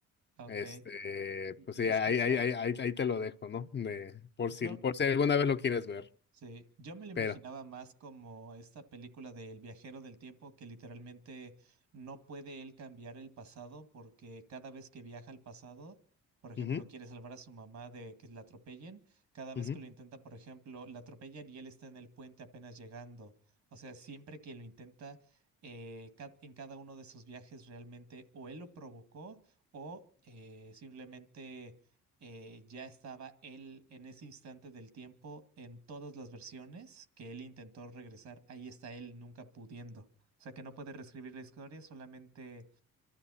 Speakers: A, on the right; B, on the left.
A: Ok,
B: este,
A: lo
B: pues sí,
A: he escuchado.
B: ahí, ahí, ahí, ahí, ahí te lo dejo, ¿no? De, por
A: Yo,
B: si, por si alguna vez lo quieres ver.
A: sí, yo me lo imaginaba
B: Pero.
A: más como esta película de El viajero del tiempo que literalmente no puede él cambiar el pasado porque cada vez que viaja al pasado, por ejemplo,
B: ujú,
A: quiere salvar a su mamá de que la atropellen, cada vez
B: ujú,
A: que lo intenta, por ejemplo, la atropellan y él está en el puente apenas llegando. O sea, siempre que lo intenta, eh, ca- en cada uno de sus viajes realmente o él lo provocó o eh, simplemente eh, ya estaba él en ese instante del tiempo en todas las versiones que él intentó regresar. Ahí está él nunca pudiendo. O sea que no puede reescribir la historia, solamente